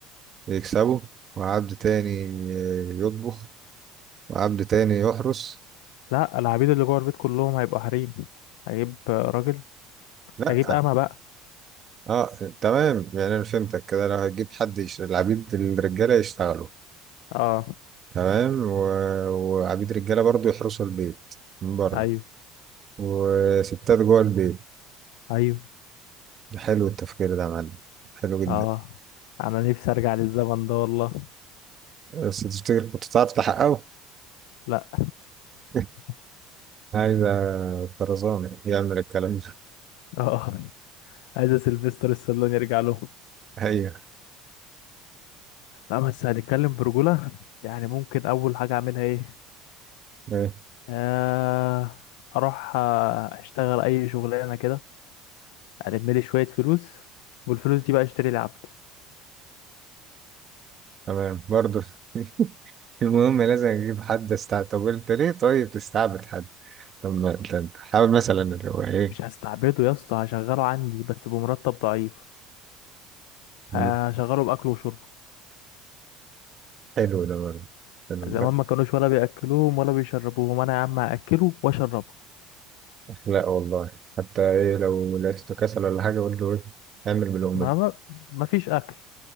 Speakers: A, on the right; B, on the left.
A: يكسبوا وعبد تاني يطبخ وعبد تاني يحرس
B: لا العبيد اللي جوه البيت كلهم هيبقوا حريم هجيب آه، راجل
A: لا
B: هجيب امه بقى
A: اه تمام يعني انا فهمتك كده لو هتجيب حد يش... العبيد الرجاله يشتغلوا
B: اه
A: تمام و... وعبيد رجاله برضو يحرسوا البيت من بره
B: ايوه
A: وستات جوه البيت
B: ايوه
A: حلو التفكير ده يا معلم حلو جدا
B: اه انا نفسي ارجع للزمن ده والله
A: بس تفتكر كنت تعرف تحققه
B: لا
A: <laughs>
B: <laughs>
A: عايز طرزان يعمل الكلام ده
B: اه عايز سيلفستر السالون يرجع لهم
A: ايوه
B: لا بس هنتكلم برجولة يعني ممكن أول حاجة أعملها إيه
A: ايه
B: آه أروح آه، أشتغل أي شغلانة كده ألم لي شوية فلوس والفلوس دي بقى أشتري لي عبد
A: تمام برضه <laughs> المهم لازم اجيب حد استعبد طب انت ليه طيب تستعبد حد طب ما أنت- أنت حاول مثلا اللي هو ايه
B: مش هستعبده يا اسطى هشغله عندي بس بمرتب ضعيف
A: مم.
B: هشغله بأكله وشربه
A: حلو ده برضه حلو.
B: زمان ما كانوش ولا بيأكلوهم ولا بيشربوهم أنا يا عم هأكله وأشربه
A: اخلاق والله حتى ايه لو لقيته كسل ولا حاجه قول له ايه اعمل بالامه
B: ما ما ما فيش أكل